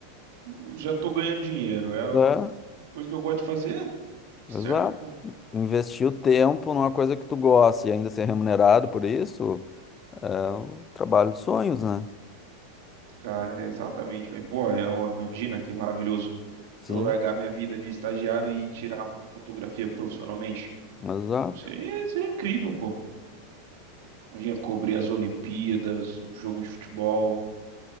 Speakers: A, on the right; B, on the left.
A: Eu já tô ganhando dinheiro, é a
B: É,
A: co- coisa que eu gosto de fazer, certo,
B: exato.
A: pô.
B: Investir o tempo numa coisa que tu gosta e ainda ser remunerado por isso, é o trabalho dos sonhos, né?
A: Cara, é exatamente, velho. Pô, é uma- imagina que maravilhoso
B: Sim.
A: eu largar minha vida de estagiário e tirar fotografia profissionalmente.
B: Exato.
A: Seria, seria incrível, pô. Imagina cobrir as Olimpíadas, um jogo de futebol.